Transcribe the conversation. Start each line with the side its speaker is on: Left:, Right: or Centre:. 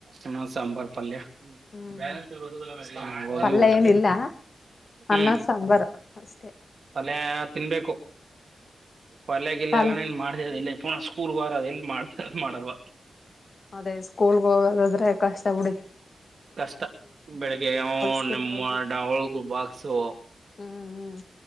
Right: ಅನ್ನ, ಸಾಂಬಾರ್, ಪಲ್ಯ. ಹ್ಮಾ
Left: ಹ್ಮ್
Right: ಹೊಳ್ಗಿ
Left: ಪಲ್ಯ
Right: ಊಟ,
Left: ಏನಿಲ್ಲ
Right: ಹೂಂ
Left: ಅನ್ನ ಸಾಂಬಾರ್ ಅಷ್ಟೇ
Right: ಪಲ್ಯ ತಿನ್ಬೇಕು. ಪಲ್ಯಾಗಿಲ್ಯಾ
Left: ಪಲ್
Right: ಎಲ್ಲ ನೀನ್ ಮಾಡ್ತ ಇಲ್ಲಿ ಪೂರ್ಣ ಸ್ಕೂಲ್ ಹೋದ್ರೆ ಅದೆಲ್ಲಿ ಮಾಡ್ತ ಮಾಡಲ್ವ?
Left: ಅದೇ ಸ್ಕೂಲ್ಗೆಗೋದಾದ್ರೆ ಕಷ್ಟ ಬುಡಿ.
Right: ಕಷ್ಟ ಬೆಳಿಗ್ಗೆ
Left: ಸ್ಕೂಲ್
Right: ನಿಮ್ಮ
Left: ಹೋಗಿ
Right: ಹೂ ಡಹುಲ್ ಬಾಕ್ - ಸೊ
Left: ಹ್ಮ್.